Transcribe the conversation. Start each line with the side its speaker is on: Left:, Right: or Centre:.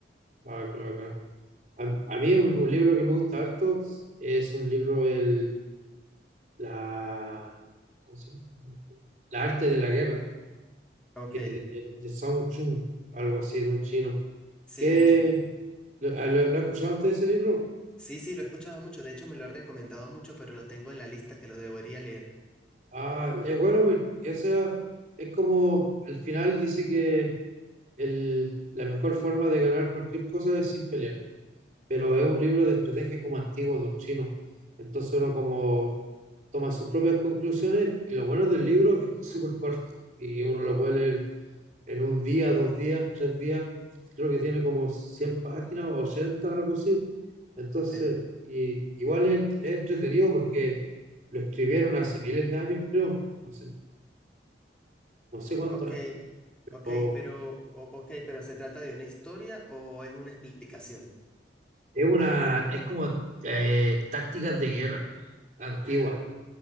Right: Ah, qué bacán. A, a mí un, un libro que me gusta harto es un libro, el, la, ¿cómo se llama? La arte de la guerra,
Centre: Ok.
Right: que es de, de Song Chun, algo así, de un chino.
Centre: Sí,
Right: ¿Qué,
Centre: de un chino.
Right: lo, ah, lo- lo has escuchado antes ese libro?
Centre: Sí, sí, lo he escuchado mucho. De hecho, me lo ha recomendado mucho, pero lo tengo en la lista que lo debería leer.
Right: Ah, es bueno, pues, o sea, es como al final dice que el, la mejor forma de ganar cualquier cosa es sin pelear. pero es un libro de estrategia como antiguo de un chino. Entonces uno como toma sus propias conclusiones y lo bueno del libro es que es súper corto y uno lo puede leer en un día, dos días, tres días. Creo que tiene como 100 páginas o ochenta algo así. Entonces,
Centre: Ok,
Right: y, igual es, es entretenido porque lo escribieron hace miles de años, creo, no sé, no sé cuántos
Centre: ok,
Right: años.
Centre: ok,
Right: o-
Centre: pero, o- ok, pero ¿se trata de una historia o es una explicación?
Right: Es una, es como eh, tácticas de guerra. antigua.